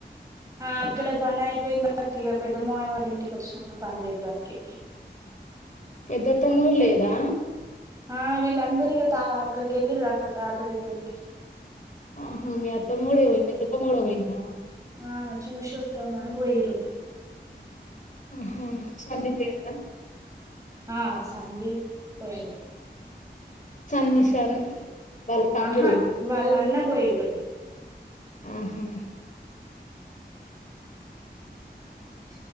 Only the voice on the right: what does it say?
ఆ అక్కడ పని అయిపోయిందిా ఇక పెద్ద మావయ్య వాళ్ళ ఇంటికి వచ్చిన పని చేద్దానికి
ఆ వీళ్ళందరిక తా అక్కడికి వెళ్ళరు అక్క తాత దగ్గరికి
ఆ చూసి వద్దాం అని పోయిరు
ఆ సందీప్ పోయిండు
ఆహా వాళ్ళు అన్న పోయిన్
చ